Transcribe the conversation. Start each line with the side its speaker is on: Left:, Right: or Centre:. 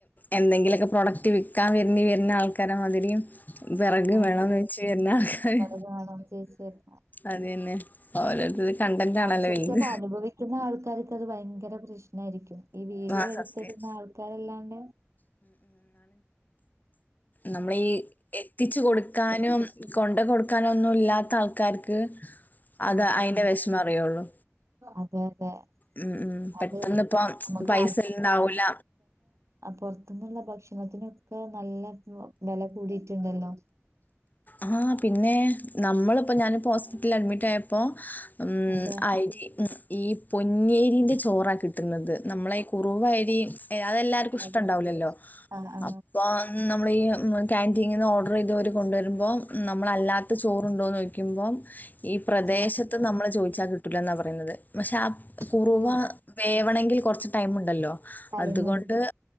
Left: എന്തെങ്കിലുമൊക്കെ പ്രൊഡക്റ്റ് വിൽക്കാൻ വരണ്ടി വരുന്ന ആൾക്കാര മാതിരി വിറക
Right: അതെ
Left: വേണംന്ന് വെച്ച വല്ല ആൾക്കാര്
Right: അത് കാണാൻ ചേച്ചി
Left: അത്ന്നെ ഓരോരുത്തത് കണ്ടന്റ് ആണല്ലോ
Right: ആ ശരിക്കും
Left: വീണ്ട്
Right: അത് അനുഭവിക്കുന്ന ആൾക്കാർക്ക് അത് ഭയങ്കര പ്രശ്നമായിരിക്കും ഈ വീടിയോ
Left: ആഹ്
Right: എടുത്തിടുന്ന
Left: സത്യം.
Right: ആൾക്കാരെല്ലാണ്ട്
Left: നമ്മളീഈ എത്തിച്ച കൊടുക്കാനോ കൊണ്ട കൊടുക്കാനോ ഒന്നും ഇല്ലാത്ത ആ കർക്ക് അത്
Right: ആ
Left: അയിറെ
Right: അതെ
Left: വിഷമം അറിയുള്ളു
Right: അതെ അതെ
Left: ഉം ഉ പെട്ടന്ന്
Right: അത്
Left: ഇപ്പ
Right: നമുക്ക്
Left: പൈസണ്ടാവൂല
Right: പുൊറത്തുന്നുള്ള ഭക്ഷണത്തിനൊക്കെ നല്ല വില കൂടിട്ടുണ്ടല്ലോ
Left: ആഹ് പിന്നെ നമ്മളിപ്പോ ഞാനിപ്പോ ഹോസ്പിറ്റലിൽ അഡ്മിറ്റ് ആയപ്പോൊ ഉ
Right: അതെ
Left: അരി ഈ പൊഞ്ഞേരിീന്റെ ചോറാണ് കിട്ടുന്നത് നമ്മള ഈ കുറവ് വഴി അതെല്ലാർക്കും ഇഷ്ടംണ്ടാവലല്ലോ
Right: അതെ ആ ആ
Left: അപ്പൊ നമ്മളീ ക്യാൻറ്റീനിൽ നിന്ന് ഓർഡർ ചെയ്തവർ കൊണ്ടുവരുമ്പോൾ നമ്മളല്ലാത്ത ചോറുണ്ടോന്ന് നോദിക്കുമ്പോം ഈ പ്രദേശത്ത്
Right: ആ
Left: നമ്മള് ചോദിച്ചാ കിട്ടൂല എന്നാ പറയുന്നത് പക്ഷെ ആ
Right: അത്
Left: കുറവ വേ ണെങ്കിൽറ ടൈ ഉണ്ടല്ലോ
Right: ടൈം
Left: അതുകൊണ്ട്
Right: എടുക്കും.